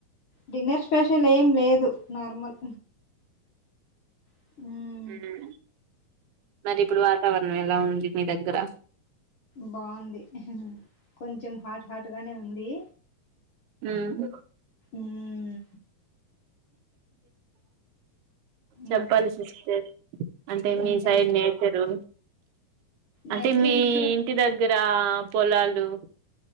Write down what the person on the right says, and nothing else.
మ్మ్ మరి ఇప్పుడు వాతావరణం ఎలా ఉంది మీ దగ్గర
ఉమ్మ్
చెప్పాలి
సిస్టర్ అంటే మీ
సైడ్ నేచర్రు అంటే
మీ
ఇంటి దగ్గర పొలాలు